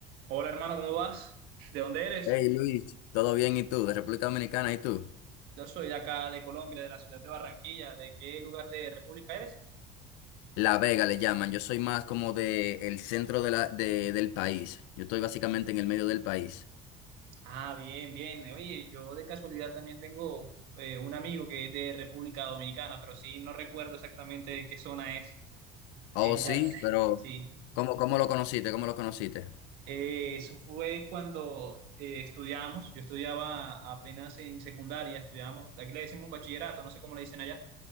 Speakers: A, on the right (about 70°); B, on the left (about 80°).
A: Hola hermano, ¿cómo vas? ¿De dónde eres?
B: Hey Luis, ¿todo bien? ¿Y tú? De República Dominicana, ¿y tú?
A: Yo soy de acá, de Colombia, de la ciudad de Barranquilla. ¿De qué lugar de República eres?
B: La Vega le llaman. Yo soy más como de el centro de la, de- del país. Yo estoy básicamente en el medio del país.
A: Ah, bien, bien. Oye, yo de casualidad también tengo eh, un amigo que es de República Dominicana, pero sí, no recuerdo exactamente de qué zona es.
B: Ah,
A: Él
B: Oh, sí,
A: ya, Oh, sí.
B: pero
A: Sí.
B: ¿cómo, cómo lo conociste? ¿Cómo lo conociste?
A: Eh, eso fue cuando eh, estudiamos. Yo estudiaba apenas en secundaria, estudiábamos, aquí le decimos bachillerato, no sé cómo le dicen allá.